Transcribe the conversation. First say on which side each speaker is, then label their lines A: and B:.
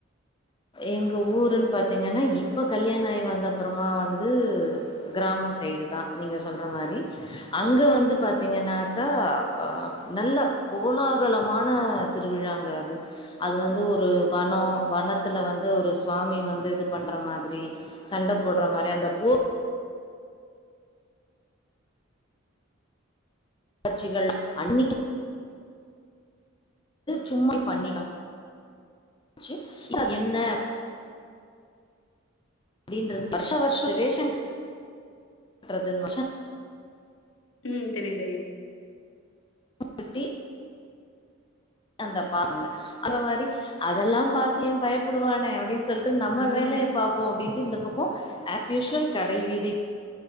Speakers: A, on the left (about 25°); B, on the left (about 75°).
A: எங்க ஊருன்னு பாத்தீங்கன்னா இப்ப கல்யாணம் ஆகி வந்த அப்புறமா வந்து கிராம சைடு னா நீங்க சொல்ற மாரி அங்க வந்து பாத்தீங்கன்னாக்கா அ நல்ல கோலாகலமான திருவிழாங்க அது அது வந்து
B: ம்,
A: ஒரு வனோ வனத் த்துல வந்து ஒரு சுவாமி வந்து இது பண்ற மாதிரி சண்ட போட்ற மாதிரி அந்த போ காட்சிகள் அன்னைக்கு சும்மை பண்ணிக்காம்சி அது என்ன அப்படின்றது வருஷ வருஷம் வேஷம் கட்றதுனு
B: உ தெரியு தெரியு
A: கட்டி அந்த பாங்க அந்த மாரி அதெல்லா பாத் ஏ பயப்படுவானே அப்டின்னு சொல்லிட்டு நம்ம
B: ம்
A: வேலைய பாப்போ அப்படின்னு இந்த பக்கோ ஆஸ் யூசுவல் கடை வீதி